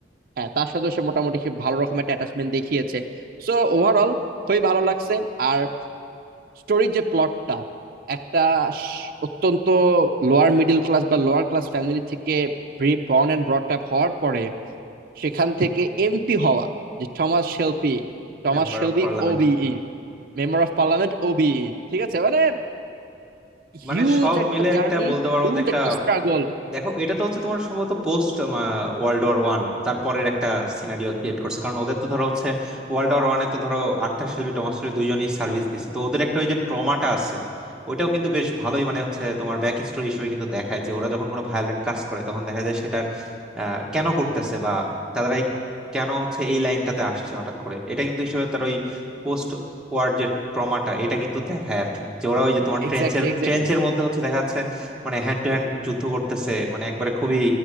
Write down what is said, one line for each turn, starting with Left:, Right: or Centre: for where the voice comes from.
Right: হ্যাঁ তার সাথে সে মোটামুটি সে ভালো রকমের অ্যাটাচমেন্ট দেখিয়েছে সো ওভারঅল খুবই ভালো লাগছে আর স্টোরির যে প্লটটা একটা স- অত্যন্ত লোয়ার মিডল ক্লাস বা লোয়ার ক্লাস ফ্যামিলি থেকে বর্ন অ্যান্ড ব্রট আপ হওয়ার পরে সেখান থেকে এমপি হওয়া যে Thomas Shelby টমাস
Centre: Member
Right: শেলবি
Centre: of parliament
Right: ওবিই member of parliament ওবিই ঠিক আছে মানে হিউজ
Centre: মানে সব
Right: একটা
Centre: মিলে
Right: জার্নি
Centre: একটা বলতে পারবো
Right: হিউজ
Centre: যে একটা
Right: একটা স্ট্রাগল
Centre: দেখো এটা তো হচ্ছে তোমার সম্ভবত পোস্ট ওয়ার্ল্ড ওয়ার ওয়ান তারপরের একটা সিনারিও ক্রিয়েট করছে কারণ ওদের তো ধরো হচ্ছে ওয়ার্ল্ড ওয়ার ওয়ানে তো ধরো আর্থার শেলবি টমাস শেলবি দুইজনই সার্ভিস দিছে তো ওদের একটা ওই যে ট্রমাটা আছে ওইটাও কিন্তু বেশ ভালোই মানে হচ্ছে তোমার ব্যাক স্টোরি হিসেবে কিন্তু দেখায় যে ওরা যখন কোনো ভায়োলেন্ট কাজ করে তখন দেখা যায় সেটার আহ, কেন করতেছে বা তারা এই কেন হচ্ছে এই লাইনটাতে আসছে হঠাৎ করে এটা কিন্তু হিসেবে তার ওই পোস্ট ওয়ার যে ট্রমাটা এটা কিন্তু দেখায় আর কি যে ওরা ওই যে তোমার
Right: Exactly
Centre: ট্রেঞ্চের
Right: exactly
Centre: ট্রেঞ্চের মধ্যে হচ্ছে দেখা যাচ্ছে মানে হ্যান্ড টু হ্যান্ড যুদ্ধ করতেছে মানে একবারে খুবই